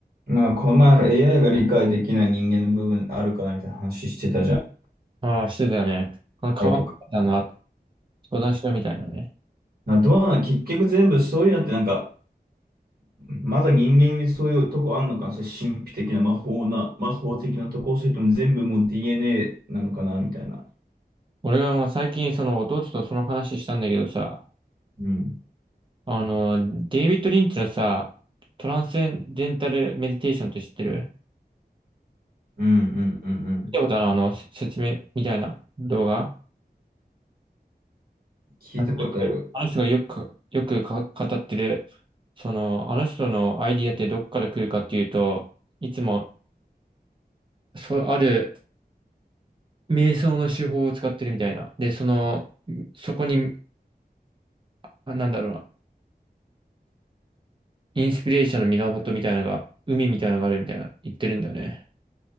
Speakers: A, on the right (about 65°); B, on the right (about 30°).
A: まあ、この前の AI が理解できない人間の部分あるかなみたいな話してたじゃん。
B: ああ、してたよね。あの変わったの、
A: a とか。
B: 相談しろみたいなね。
A: まあ、どうなの結局全部そういうのってなんか、まだ人間にそういうとこあんのかなそれ神秘的な魔法な、魔法的なとこ、それとも全部もう DNA なのかなみたいな。
B: 俺がまあ最近その弟とその話したんだけどさ、
A: うん。
B: あの、デイビッド・リンチのさ、トランスセンデンタルメディテーションって知ってる
A: うんうんうんうん。
B: 見たことあるあの、せ説明みたいな動画。
A: 聞いたことある。
B: よくあの人がよくか、よくか語ってる、その、あの人のアイディアってどっから来るかっていうと、いつも、そう、ある瞑想の手法を使ってるみたいな。で、その、そこに、あなんだろうな。インスピレーションの源みたいなのが、海みたいなのがあるみたいな言ってるんだよね。